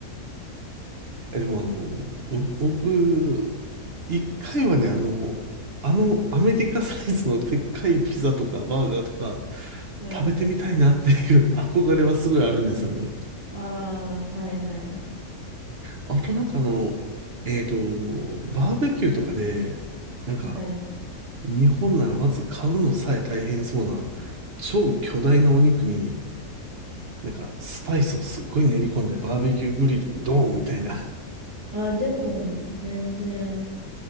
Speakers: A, on the right; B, on the right.
A: え、でもあの、ぼ僕、一回はね、あの、あのアメリカサイズのでっかいピザとかバーガーとか
B: はい。
A: 食べてみたいなっていう <laughs> 憧れはすごいあるんですよね。
B: ああ、はいはい。
A: あとなんかあの、えっと、バーベキューとかで、なんか
B: はい。
A: 日本ならまず買うのさえ大変そうな超巨大なお肉になんかスパイスをすっごい練り込んでバーベキューグリルにドーンみたいな
B: ああ、でも、全然、